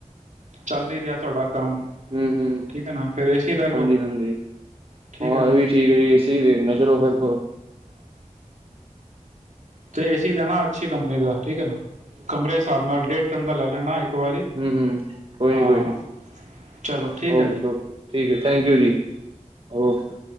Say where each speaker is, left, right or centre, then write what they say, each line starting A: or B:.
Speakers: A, on the right (about 65°); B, on the right (about 45°).
A: ਚੱਲ ਹੀ ਰਿਹਾ ਤੁਹਾਡਾ ਕੰਮ
B: ਹੂੰ ਹੂੰ
A: ਠੀਕ ਹੈ ਨਾ ਫਿਰ ਏ ਸੀ ਲੈ ਲਓ
B: ਹਾਂਜੀ ਹਾਂਜੀ
A: ਠੀਕ
B: ਹਾਂ
A: ਹੈ ਨਾ
B: ਇਹ ਵੀ ਠੀਕ ਏ ਸੀ ਵੇਖਦੇ ਚਲੋ ਫ਼ਿਰ ਹੂੰ
A: ਤੇ ਏ ਸੀ ਲੈਣਾ ਅੱਛੀ ਕੰਪਨੀ ਦਾ ਠੀਕ ਹੈ ਨਾ ਕਮਰੇ ਹਿਸਾਬ ਨਾਲ ਡੇਢ ਟਨ ਦਾ ਲੈ ਲੈਣਾ ਇੱਕ ਵਾਰੀ
B: ਹੂੰ ਹੂੰ ਕੋਈ
A: ਹਾਂ
B: ਨੀ ਕੋਈ ਨੀ
A: ਚਲੋ ਠੀਕ
B: ਓਕੇ-ਓਕੇ
A: ਹੈ ਜੀ
B: ਠੀਕ ਹੈ ਥੈਂਕ ਯੂ ਜੀ ਓਕੇ